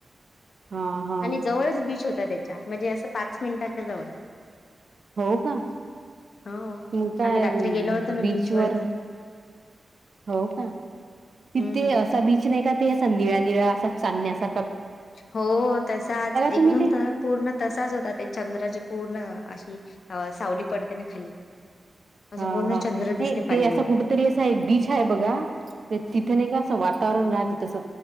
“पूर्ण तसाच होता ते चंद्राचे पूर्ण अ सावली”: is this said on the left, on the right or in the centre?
Left